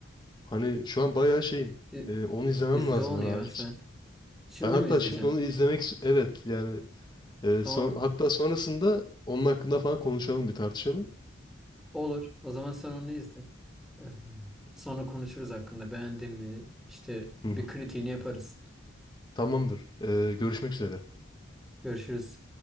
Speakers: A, on the left; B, in the centre.
A: Hani şu an bayağı şeyim.
B: İ-
A: E, onu izlemem
B: İzle
A: lazım
B: onu
A: hani
B: ya
A: acil.
B: sen.
A: şey.
B: Şimdi
A: Ben hatta
B: mi izleyeceksin?
A: şimdi onu izlemek ist- evet yani e,
B: Tamam.
A: son, hatta sonrasında onun hakkında falan konuşalım bir tartışalım.
B: Olur. O zaman sen onu izle. Ee, Sonra konuşuruz hakkında. Beğendin mi? İşte
A: Hı hı.
B: bir kritiğini yaparız.
A: Tamamdır. E, görüşmek üzere.
B: Görüşürüz.